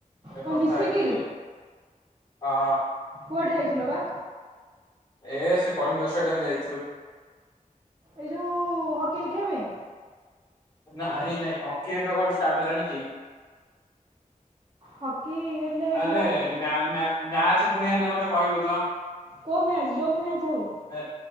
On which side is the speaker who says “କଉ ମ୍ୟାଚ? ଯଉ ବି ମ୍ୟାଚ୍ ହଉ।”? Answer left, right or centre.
Right